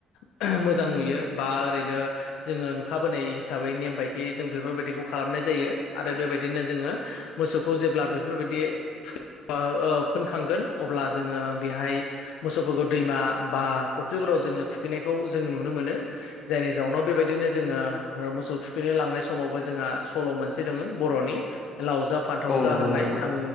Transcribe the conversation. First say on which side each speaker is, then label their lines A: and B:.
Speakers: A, on the left; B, on the left.
A: <inaudible> मोजां नुयो बा ओरैनो जोङो नुखाबोनाय हिसाबै नेम बायदियै जों बेफोर बायदिखौ खालामनाय जा जायो आरो बेबायदिनो जोङो मोसौखौ जेब्ला बेफोर बायदि थु आ ओ फोनखांगोन अब्ला जोङो बेहाय मोसौफोरखौ दैमा बा फुख्रिफोराव जोङो थुखैनायखौ जों नुनो मोनो। जायनि जाउनाव बेबायदिनो जोङो ओ मोसौ थुखैनो लांनाय समावबो जोंआ सल' मोनसे दोङो बर'नि लाव जा फान्थाव
B: औ
A: जा
B: नंगौ
A: होननाय
B: नोंथां
A: आं